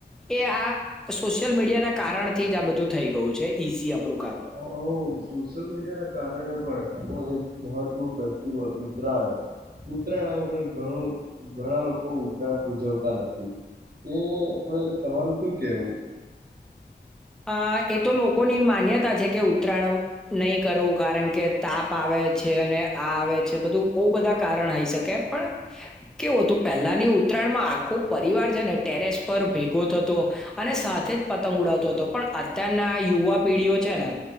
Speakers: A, in the centre; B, on the right.
A: એ આ સોશિયલ મીડિયા ના થી જ આ બધું થઈ ગયું છે ઈઝી આપણું કામ
B: હ સોશિયલ મીડિયા ના કારણ એ પણ આપો એક મહત્વ ફેસ્ટિવલ ઉત્તરાયણ ઉત્તરાયણમાં પણણું ઘણા લોકો ઉત્તરાયણ ઉજવતા નથી એ આપણે તમારું શું કેવું
A: અ એ તો લોકોની માન્યતા છે કે ઉત્તરાયણ નહી કરવું કારણ કે તાપ આવે છે અને આ આવે છે બધું બહુ બધા કારણ હઈ શકે પણ કેવું હતું પહેલાની ઉત્તરાયણમાં આખો પરિવાર છે ને ટેરેસ પર ભેગો થતો અને સાથે જ પતંગ ઉડાવતો હતો પણ અત્યારના યુવા પેઢીઓ છે ને